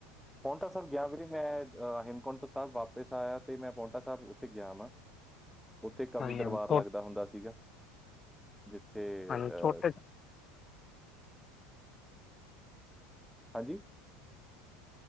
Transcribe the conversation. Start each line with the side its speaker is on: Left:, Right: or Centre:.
Centre: ਪਾਉਂਟਾ ਸਾਹਿਬ ਗਿਆ ਵੀਰੇ ਮੈਂ, ਹੇਮਕੁੰਟ ਤੋਂ ਸਾਹਿਬ ਵਾਪਿਸ ਆਇਆ ਤੇ ਮੈਂ ਪਾਉਂਟਾ ਸਾਹਿਬ ਉੱਥੇ ਗਿਆ ਵਾ। ਉੱਥੇ ਕਵੀ
Left: ਹਾਂਜੀ
Centre: ਦਰਬਾਰ
Left: ਹਾਂਜੀ ਛੋ-
Centre: ਲੱਗਦਾ ਹੁੰਦਾ ਸੀਗਾ ਜਿੱਥੇ,
Left: ਹਾਂਜੀ
Centre: ਅਹ
Left: ਛੋਟੇ
Centre: ਹਾਂਜੀ